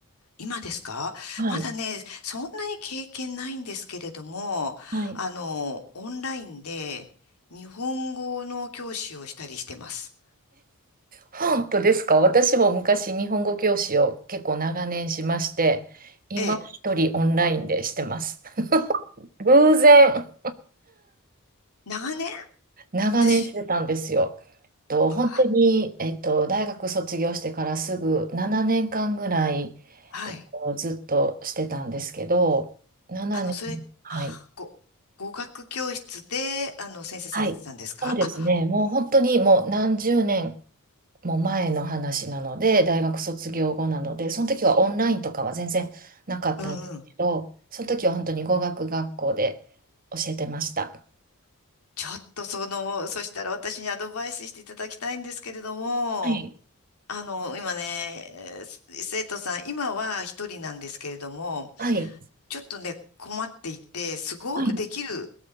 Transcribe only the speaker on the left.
今ですかまだね、
そんなに経験ないんですけれども、
あの、オンラインで日本語の教師をしたりしてます。
ええ、
長年、
私、
うわ
はい。
あの、それ、
はあご、語学教室で、あの、先生されてたんですかあ、
うんうん。
ちょっとその、そしたら私にアドバイスしていただきたいんですけれども、
あの、今ね、生徒さん、今は一人なんですけれども、
ちょっとね、困っていて、すごくできる